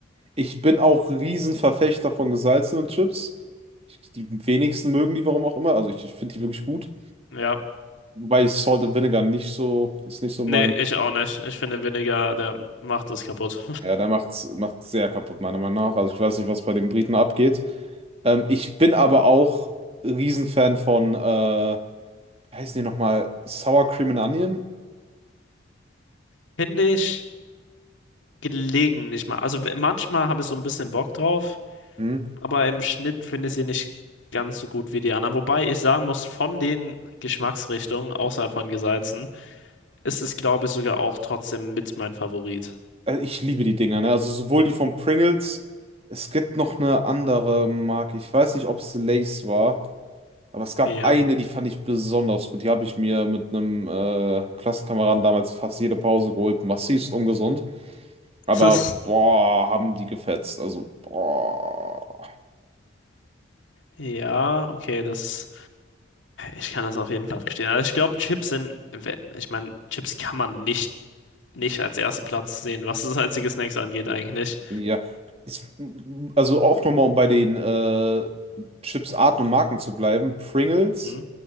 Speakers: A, on the right; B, on the left.
A: Ich bin auch Riesenverfechter von gesalzenen Chips. Ich- Die wenigsten mögen die, warum auch immer. Also ich, ich finde die wirklich gut.
B: Ja,
A: Wobei ich Salt and Vinegar nicht so, ist nicht so mein.
B: nee, ich auch nicht. Ich finde Vinegar, der macht das kaputt.
A: Ja, da macht's, macht's sehr kaputt, meiner Meinung nach. Also ich weiß nicht, was bei den Briten abgeht. Ähm, ich bin aber auch Riesenfan von, äh, wie heißen die nochmal? Sour Cream and Onion?
B: <laughs> Finde ich gelegentlich mal. Also w- manchmal habe ich so ein bisschen Bock drauf,
A: Hm?
B: aber im Schnitt finde ich sie nicht ganz so gut wie die anderen. Wobei ich sagen muss, von den Geschmacksrichtungen außerhalb von gesalzen ist es, glaube ich, sogar auch trotzdem mit mein Favorit.
A: Äh, Ich liebe die Dinger, ne? Also sowohl die von Pringles, es gibt noch eine andere Marke. Ich weiß nicht, ob es Lay's war, aber es gab
B: Ja.
A: eine, die fand ich besonders gut. Die habe ich mir mit einem äh, Klassenkameraden damals fast jede Pause geholt. Massivst ungesund. Aber
B: <laughs>
A: boah, haben die gefetzt. Also boah.
B: Ja, okay, das. Ich kann das auf jeden Fall verstehen. Also ich glaube, Chips sind, ich meine, Chips kann man nicht, nicht als ersten Platz sehen, was das salzige Snacks angeht eigentlich.
A: Ja. Ich, also auch nochmal, um bei den äh, Chips Arten und Marken zu bleiben. Pringles,
B: Hm?